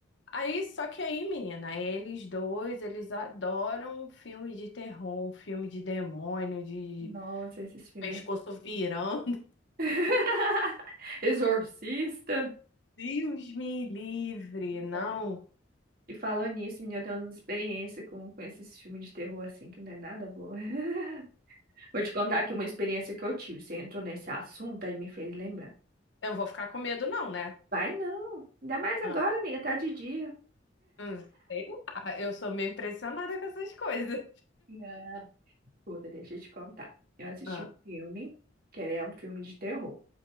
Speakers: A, on the left; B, on the right.
A: Aí, só que aí, menina, eles dois, eles adoram filme de terror, filme de demônio, de
B: Nossa, esses filmes.
A: pescoço virando. <laughs>
B: <laughs> Exorcista.
A: Deus me livre,
B: Misericórdia.
A: não.
B: E falando nisso, menina, eu tenho uma experiência com, com esses filmes de terror assim que não é nada boa. <laughs> Vou te contar aqui uma experiência que eu tive. Você entrou nesse assunto aí me fez lembrar.
A: Eu não vou ficar com medo, não, né?
B: Vai não. Ainda mais agora,
A: Ah,
B: amiga, tá de dia.
A: hum, sei lá, eu sou meio impressionada com essas coisas.
B: Ah, puta, deixa eu te contar. Eu assisti
A: Ah,
B: um filme, que ele é um filme de terror.